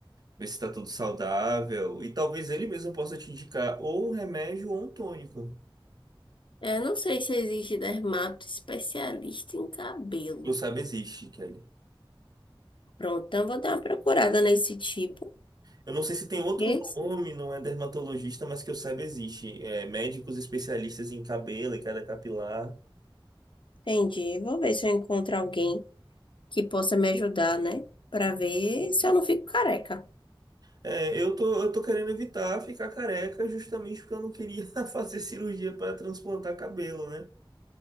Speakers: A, on the right; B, on the left.
A: ver se tá tudo saudável. E talvez ele mesmo possa te indicar ou um remédio ou um tônico.
B: É, não sei se existe dermato especialista em cabelo.
A: Que eu saiba existe, Kelly.
B: Pronto, então vou dar uma procurada nesse tipo.
A: Eu não sei se tem outro
B: Esse?
A: nome, não é dermatologista, mas que eu saiba existe. É, médicos especialistas em cabelo e queda capilar.
B: Entendi. Vou ver se eu encontro alguém que possa me ajudar, né? Pra ver se eu não fico careca.
A: É, eu tô, eu tô querendo evitar ficar careca justamente porque eu não queria <laughs> fazer cirurgia para transplantar cabelo, né?